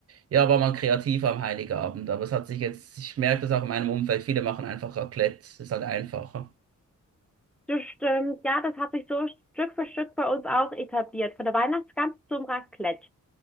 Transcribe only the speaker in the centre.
Das stimmt. Ja, das hat sich so Stück für Stück bei uns auch etabliert. Von der Weihnachtsgans zum Raclette.